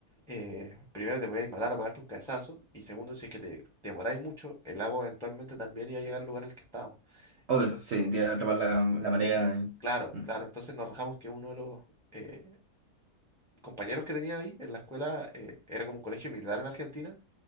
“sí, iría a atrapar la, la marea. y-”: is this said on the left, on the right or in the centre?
Right